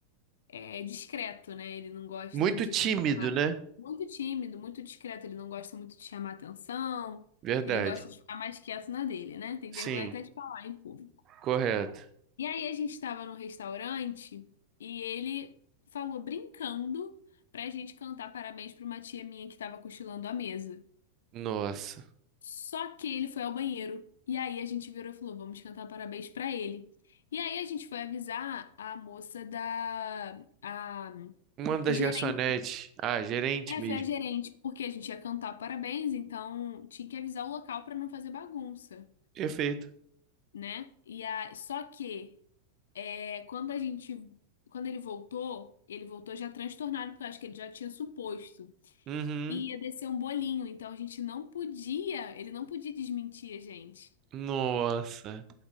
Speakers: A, on the left; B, on the right.
A: é discreto, né? Ele não gosta
B: Muito
A: muito
B: tímido,
A: de chamar.
B: né?
A: Muito tímido, muito discreto. Ele não gosta muito de chamar atenção.
B: Verdade.
A: Ele gosta de ficar mais quieto na dele, né? Tem
B: Sim,
A: vergonha até de falar em público.
B: correto.
A: E aí a gente estava num restaurante e ele falou brincando pra gente cantar parabéns pra uma tia minha que tava cochilando à mesa.
B: Nossa.
A: Só que ele foi ao banheiro. E aí a gente virou e falou: vamos cantar parabéns pra ele. E aí a gente foi avisar a moça da a
B: Uma das
A: gerente
B: garçonetes. Ah, gerente
A: É,
B: mesmo.
A: foi a gerente, porque a gente ia cantar parabéns, então tinha que avisar o local pra não fazer bagunça,
B: Perfeito.
A: né? E a... Só que é, quando a gente. Quando ele voltou, ele voltou já transtornado, porque eu acho que ele já tinha suposto.
B: Uhum.
A: E ia descer um bolinho, então a gente não podia, ele não podia desmentir a gente.
B: Nossa.